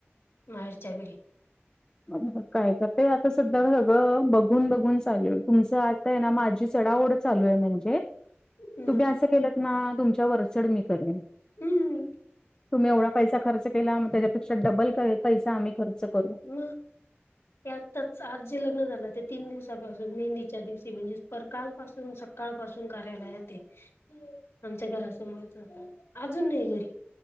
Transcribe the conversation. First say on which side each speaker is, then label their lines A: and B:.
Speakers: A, on the left; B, on the left.
A: माहेरच्या घरी.
B: मग काय त ते आता सध्या सगळं बघून बघून चालू आहे तुमचं आता य ना माझ्या चढाओढ चालू आहे म्हणजे
A: म
B: तुम्ही असं केलं ना तुमच्या वरचढ मी करेन.
A: हम्म.
B: तुम्ही एवढा पैसा खर्च केला त्याच्यापेक्षा डबल पैसा आम्ही खर्च करू.
A: ह <inaudible> ते आताच आज जे लग्न झालं ते तीन दिवसापासून मेहंदीच्या दिवशी म्हणजे पर कालपासून सक सकाळपासून कार्यालयात य आमच्या घरासमोरच राहता अजून नाही घरी.